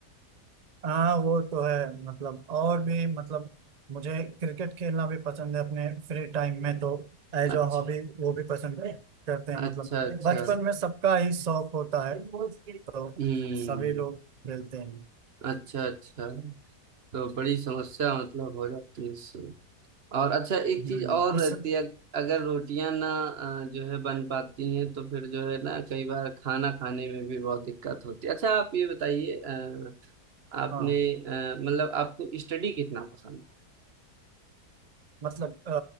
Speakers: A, on the right; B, on the right.
A: हाँ वो तो है मतलब और भी मतलब मुझे क्रिकेट खेलना भी पसंद है अपने फ्री टाइम में तो एज
B: अच्छा
A: अ हॉबी वो भी पसंद करते हैं
B: अच्छा
A: मतलब
B: अच्छा
A: बचपन में सबका ही शौक होता है तो
B: हम्म
A: सभी लोग खेलते हैं
B: अच्छा अच्छा तो बड़ी समस्या मतलब हो जाती है इससे और अच्छा एक
A: हम्म,
B: चीज और
A: इस
B: रहती है अगर रोटियां ना अ, जो है बन पाती हैं तो फिर जो है ना कई बार खाना खाने में भी बहुत दिक्कत होती है अच्छा आप ये बताइए अ, आपने
A: हाँ
B: अ, मतलब आपको स्टडी कितना पसंद
A: मतलब